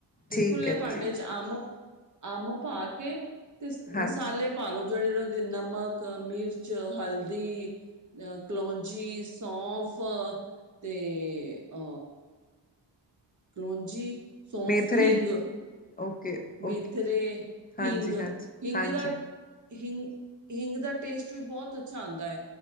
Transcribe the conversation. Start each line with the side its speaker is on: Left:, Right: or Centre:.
Right: ਤੇ
Left: ਠੀਕ
Right: ਖੁੱਲੇ
Left: ਹੈ
Right: ਭਾਂਡੇ
Left: ਜੀ,
Right: ਚ ਅੰਮ ਅੰਮ ਪਾ ਕੇ ਤੇ
Left: ਹਾਂਜੀ।
Right: ਮਸਾਲੇ ਪਾ ਲੋ ਜਿਹੜੇੁੰ ਨਮਕ, ਮਿਰਚ, ਹਲਦੀ ਅ ਕਲੋਂਜੀ, ਸੌਂਫ ਤੇ ਅ ਕਲੋਂਜੀ, ਸੌਫ,
Left: ਮੇਥਰੇ,
Right: ਹਿੰਗ
Left: ਓਕੇ,
Right: ਮੇਥੱਰੇ,
Left: ਓਕੇ,
Right: ਹਿੰਗ
Left: ਹਾਂਜੀ, ਹਾਂਜੀ,
Right: ਹਿੰਗ
Left: ਹਾਂਜੀ।
Right: ਦਾ ਹਿੰਗ ਹਿੰਗ ਦਾ ਟੇਸਟ ਵੀ ਬਹੁਤ ਅੱਛਾ ਆਂਦਾ ਏ